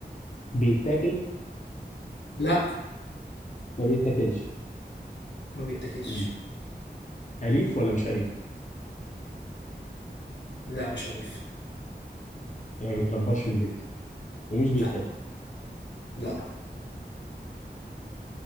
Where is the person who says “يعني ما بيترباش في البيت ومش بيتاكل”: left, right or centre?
Left